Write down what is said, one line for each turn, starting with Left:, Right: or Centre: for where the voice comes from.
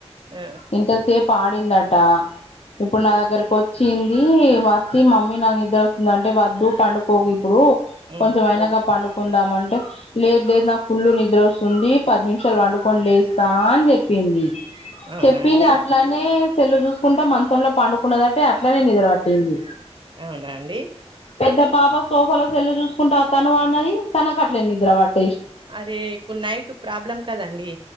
Right: అ
Left: ఇంతసేపు ఆడిందట ఇప్పుడు నా దగ్గరకు వ వచ్చింది వచ్చి మమ్మీ నాకు నిద్ర వస్తుంది అంటే వద్దు పండుకోకు ఇప్పుడు
Right: ఉమ్
Left: కొంచెం అయినాక పండుకుందాం అంటే లేదు లేదు నాకు పుల్లు నిద్ర వస్తుంది పది నిమిషాలు వండుకొని లేస్తా అని చెప్పింది
Right: అవునా
Left: చెప్పింది
Right: అండి
Left: అట్లనే సెల్లు చూసుకుంటా మంచంలో పండుకున్నదంటే అట్లనే నిద్ర పట్టింది
Right: అవునా అండి
Left: పెద్ద పాాప సోఫాలో సెల్లు చూసుకుంటూ తను పన్నది తనకట్లే నిద్ర పాట్
Right: అరే ఇప్పుడ్నైట్ ప్రాబ్లం కదండి